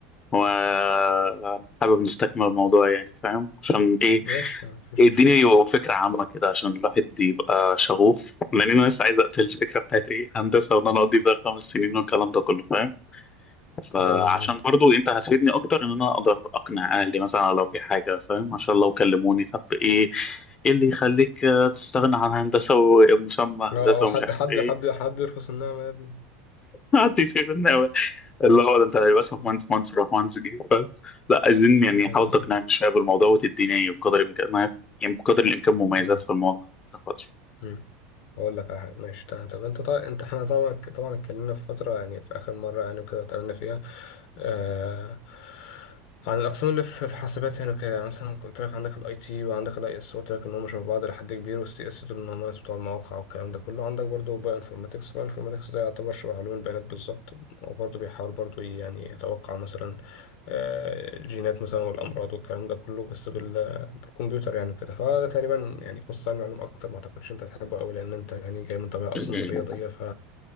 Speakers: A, on the left; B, on the left.
A: وحابب نستكمل الموضوع يعني فاهم عشان ايه
B: ماشي تمام مفيش
A: الدنيا
B: مشكلة
A: يبقى فكره عامه كده عشان الواحد يبقى شغوف لان انا لسه عايز اقتل الفكره بتاعت ايه هندسه وان انا اقضي بقى خمس سنين والكلام ده كله فاهم فعشان
B: أيوة مظبوط
A: برضو انت هتفيدني اكتر ان انا اقدر اقنع اهلي مثلا لو في حاجه فاهم عشان لو كلموني طب ايه ايه اللي يخليك آه، تستغنى عن هندسه ومسمى
B: اه
A: هندسه
B: حد
A: ومش عارف
B: حد
A: ايه
B: حد حد يرخص النعمة يا ابني
A: حد يسيبني أوي. اللي هو ده انت هيبقى اسمك
B: مم.
A: مهندس مهندس راح مهندس جه ف- لا عايزين يعني
B: أيوة
A: حاول
B: بالظبط
A: تقنعني شويه بالموضوع وتديني بقدر الامكان يعني بقدر الامكان مميزات
B: أمم،
A: في الموضوع عشان خاطر
B: أمم. أقول لك على حاجة ماشي تمام طب أنت طبعا أنت إحنا طبعا طبعا اتكلمنا في فترة يعني في آخر مرة يعني وكده اتكلمنا فيها آه، عن الأقسام اللي في في حاسبات يعني وكده يعني مثلا قلت لك عندك الاي تي وعندك الاي اس قلت لك إن هم شبه بعض لحد كبير والسي اس دول إن هم الناس بتوع المواقع والكلام ده كله عندك برضه باي انفورماتكس باي انفورماتكس ده يعتبر شبه علوم البيانات بالظبط وبرضه بيحاول برضه يعني يتوقع مثلا آه، الجينات مثلا والأمراض والكلام ده كله بس بال- بالكمبيوتر يعني وكده فده تقريبا يعني خصوصا علم علوم أكتر ما أعتقدش أنت تحبه أوي لأن أنت يعني جاي من طبيعة
A: م-
B: أصلا رياضية
A: م-
B: ف